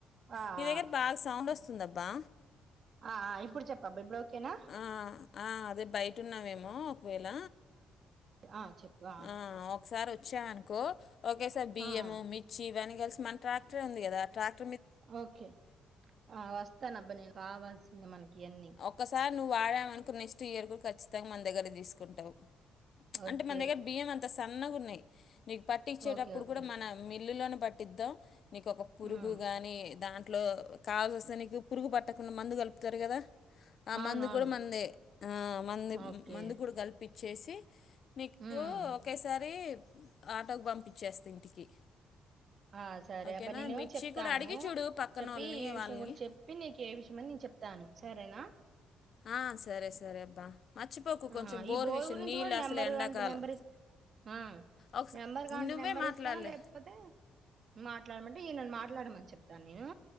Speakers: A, on the right (about 50°); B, on the left (about 55°).
A: ఆ ఆ,
B: నీ దగ్గర బాగా సౌండ్ వస్తుందబ్బా
A: ఆ, ఆ, ఇప్పుడు చెప్పబ్బా ఇప్పుడు ఓకేనా
B: ఆహ్ అదే ఆహ్ బయటున్నావేమో ఒకవేళ
A: ఆహ్ చెప్పుగా
B: ఆ, ఒకసారి వచ్చాయినుకో ఓే సార్ బియ్యముిర్చివన్నీ
A: ఆ, ఆ,
B: కలిసి మన ట్రాక్టర్ ఉంది కదా ట్రాక్
A: ఓకే ఆ వస్తాన అబ్బా నేను కావాల్సింది మనకి ఎన్ని
B: ఒక్కసారి నువ్వు వాడామనుకో నెక్స్ట్ ఇయర్ కూడా ఖచ్చితంగా మన దగ్గర తీసుకుంటావు
A: ఓకే
B: అంటే మన దగ్గర బియ్యంత సన్నగున్నాయి నీకు పట్టి ఇచ్చేటప్పుడు
A: ఓకే ఓకే
B: కూడా మన ఇల్లులో పట్టిద్దాం నీక ఒక పురుగు
A: ఉమ్,
B: గాని దా ఇట్లో కావాల్సి వస్తే నీకు పురుగు పట్టకుండా మందు కలుపుతారు కదా ఆ
A: అవునవును
B: మందు కూడా మందే ఆ మంది
A: ఓకే
B: మందు కూడా కలిపి పిచ్చేసి నీకు
A: ఉమ్,
B: ఒకేసారి ఆటోకు పంపిచ్చేస్తా ఇంటికి
A: ఆ సరే
B: ఓకేనా
A: అబ్బ నేనే
B: మిర్చి
A: చెప్తాను
B: కూడా అడిగి చూడు పక్కన
A: చెప్పి
B: వాళ్ళని
A: ఈ విషయం
B: వాళ్ళని
A: కూడా చెప్పి నీకు ఏ విషయం అని నేను చెప్తాను సరేనా
B: ఆ సరే సరే అబ్బా మర్చిపోకు
A: ఆ
B: కొంచెం బోర్
A: ఈ బోరు
B: విషయం
A: గురించి
B: నీళ్ళు
A: కూడా నెంబర్
B: అసలు ఎండాకాలం
A: అంటే నెంబర్ ఇస్తా ఆ
B: ఒకస
A: నెంబర్ కాంటే
B: నువ్వే
A: నెంబర్
B: మాట్లాడలే
A: ఇస్తా లేకపోతే మాట్లాడమంటే అ ఈనన్ని నన్ను మాట్లాడమని చెప్తాను నేను